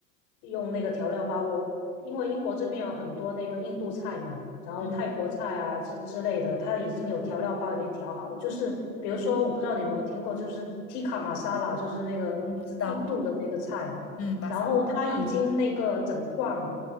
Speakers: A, on the left; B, on the left.
A: 用那个调料包。我因为英国这边有很多那个印度菜嘛，然后泰国菜啊之之类的，
B: 嗯
A: 它已经有调料包已经调好了就是比如说，我不知道你有没有听过，就是 tikka masala，就是那个印度的那个菜，
B: 嗯，知道，嗯，马上，
A: 然后它已经那个整罐
B: 嗯